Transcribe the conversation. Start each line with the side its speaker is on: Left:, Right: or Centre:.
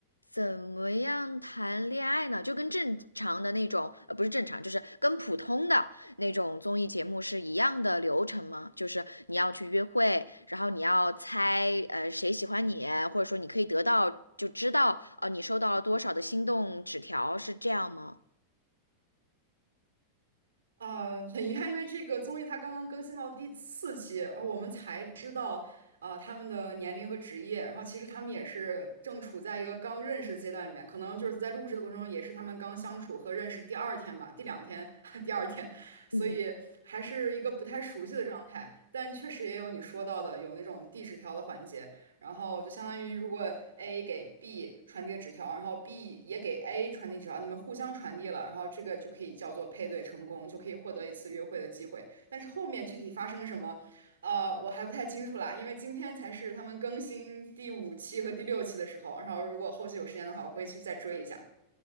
Left: 怎么样谈恋爱呢？就跟正常的那种，呃，不是正常，就是跟普通的那种综艺节目是一样的流程吗？就是你要去约会，然后你要猜，呃，谁喜欢你，或者说你可以得到，就知道，呃，你收到了多少的心动纸条，是这样吗？
Right: 呃，<laughs> 很遗憾，因为这个综艺它刚刚更新到第四期，然后我们才知道，呃，他们的年龄和职业。然后其实他们也是正处在一个刚认识的阶段里面，可能就是在录制的过程中，也是他们刚相处和认识第二天吧，第两天，<laughs> 第二天，所以还是一个不太熟悉的状态。
Left: 嗯，
Right: 但确实也有你说到的，有那种递纸条的环节。然后就相当于如果 A 给 B 传递了纸条，然后 B 也给 A 传递纸条，你们互相传递了，然后这个就可以叫做配对成功，就可以获得一次约会的机会。但是后面具体发生什么，呃，我还不太清楚啦，因为今天才是他们更新第五期和第六期的时候，然后如果后续有时间的话，我会去再追一下。